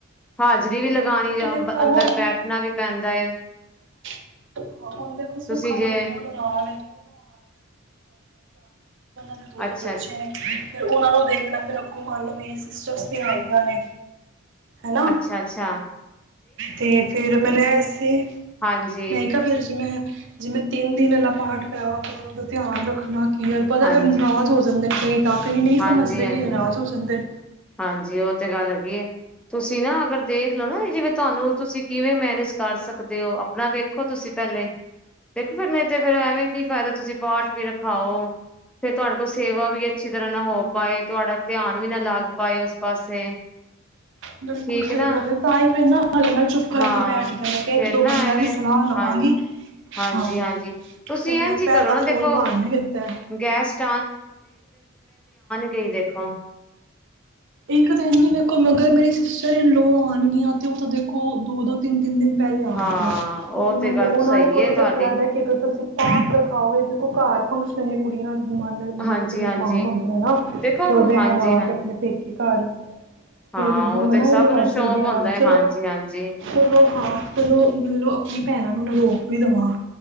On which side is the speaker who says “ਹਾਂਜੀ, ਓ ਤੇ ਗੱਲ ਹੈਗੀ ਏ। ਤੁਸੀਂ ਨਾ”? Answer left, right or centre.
Centre